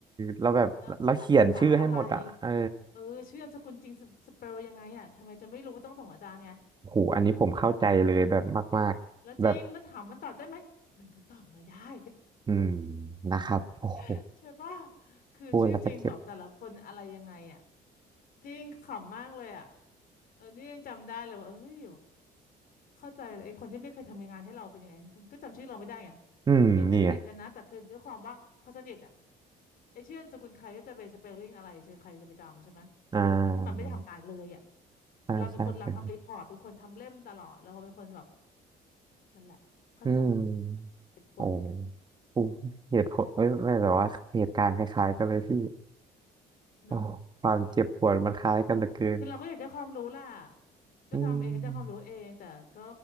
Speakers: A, on the right (about 25°); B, on the left (about 60°).
A: เราแบบเราเขียนชื่อให้หมดอ่ะเออ
B: นะรหัสนักศึกษาอะไรเออชื่อนามสกุลจริงสเปลยังไงอะทำไมจะไม่รู้ต้องส่งอาจารย์ไง
A: โหอันนี้ผมเข้าใจเลยแบบมากๆแบบ
B: แล้วจริงแล้วถามมันตอบได้ไหมมันก็ตอบไม่ได้
A: อืมนะครับโอ้โห
B: <laughs> ใช่ป่ะคือชื่อจริงแบบแต่ละคนอะไรยังไงอ่ะ
A: พูดแล้วก็เจ็บ
B: จริงขำมากเลยอ่ะเออนี่ยังจำได้เลยว่าเอ้ยเข้าใจเลยไอ้คนที่ไม่เคยทำงานให้เราเป็นยังไงผมก็จำชื่อเราไม่ได้ไง
A: อืมนี่ไง
B: คือเป็นเพื่อนสนิทกันนะแต่คือด้วยความว่าพอสนิทอ่ะไอ้ชื่อนามสกุลใครก็จะไปสเปลลิ่งอะไรใช่ใครจะไปจำใช่ไหมเพราะมันจะถ้ามันไม่ได้ทำงานเลยอ่ะ
A: อ่าใช่ใช่ใช่
B: เราเป็นคนเราทำรีพอร์ตเป็นคนทำเล่มตลอดเราเป็นคนแบบนั่นแหละเข้าใจ
A: อืมโอ้
B: เจ็บปวดเหมือนกัน
A: โหเหตุผลเอ้ยไม่แต่ว่าเหตุการณ์คล้ายๆกันเลยพี่ โอ้ความเจ็บปวดมันคล้ายกันเหลือเกิน
B: เนาะ คือเราก็อยากได้ความรู้ล่ะก็ทำเองก็ได้ความรู้เองแต่ก็
A: อืม